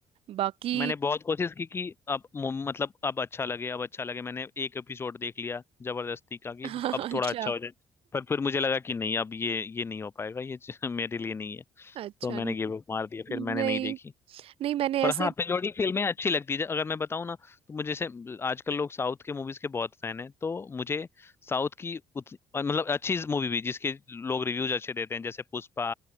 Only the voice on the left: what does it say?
मैंने बहुत कोशिश की कि अब मु- मतलब अब अच्छा लगे अब अच्छा लगे मैंने एक एपिसोड देख लिया जबरदस्ती का कि
अब
थोड़ा अच्छा हो जाए पर फिर मुझे लगा कि नहीं अब ये ये नहीं हो पाएगा ये च- <laughs> मेरे लिए नहीं है
तो मैंने
गिव अप मार दिया फिर
मैंने नहीं देखी
पर
हाँ पेलोडी फिल्में अच्छी लगती है अगर मैं बताऊँ ना तो मुझे जैसे आजकल लोग साउथ के मूवीज के बहुत फैन हैं तो मुझे साउथ की उतनी और मतलब अच्छी मूवी भी जिसके लोग रिव्यूज अच्छे देते हैं जैसे पुष्पा